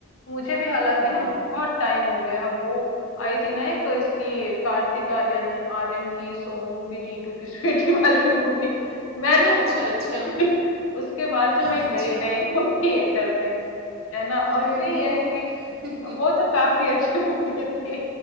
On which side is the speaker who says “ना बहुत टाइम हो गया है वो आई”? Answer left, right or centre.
Left